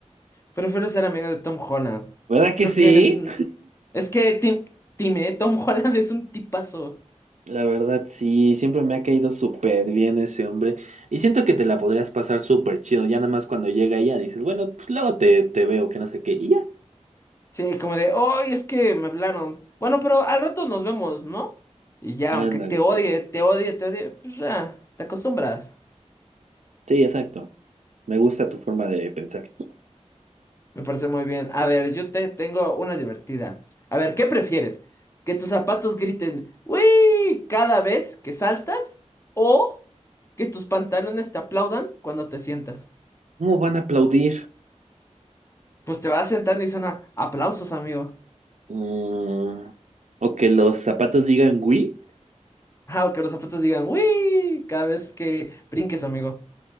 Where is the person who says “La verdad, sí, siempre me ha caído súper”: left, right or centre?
Right